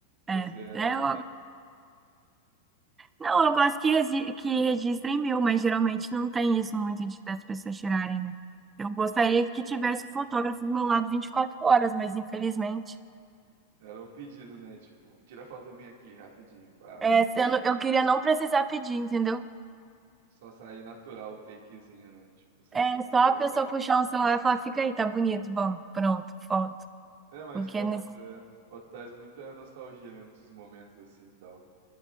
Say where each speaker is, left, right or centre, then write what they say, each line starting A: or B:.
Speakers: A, on the right (about 20°); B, on the right (about 70°).
A: É.
B: Você é,
A: É, eu, Não, eu gosto que, resi- que registrem meu, mas geralmente não tem isso muito de, das pessoas tirarem, né? Eu gostaria que tivesse o fotógrafo do meu lado 24 horas, mas infelizmente,
B: era um pedido, né? Tipo, tira foto minha aqui, rapidinho, pá, algum
A: é, sendo,
B: take.
A: eu queria não precisar pedir, entendeu?
B: Só sair natural o takezinho, né? Tipo, sem
A: É
B: ser muito
A: só
B: forçado.
A: a pessoa puxar um celular e falar, fica aí, tá bonito, vamos, pronto, foto.
B: É, mas
A: Porque
B: foto,
A: é nesse,
B: é, foto traz muita nostalgia mesmo desses momentos assim e tal.